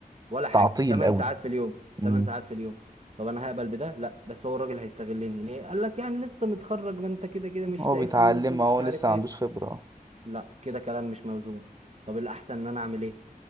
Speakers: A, on the right; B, on the right.
A: ولا حاجه
B: تعطيل
A: 8
B: قوي
A: ساعات في اليوم
B: مم.
A: 8 ساعات في اليوم طب انا هقبل بده لا بس هو الراجل هيستغلني ليه قال لك يعني لسه متخرج ما انت كده كده مش
B: هو
A: لاقي
B: بيتعلم
A: فلوس ومش
B: هو
A: عارف
B: لسه
A: ايه
B: ما عندوش خبره
A: لا كده كلام مش موزون طب الاحسن ان انا اعمل ايه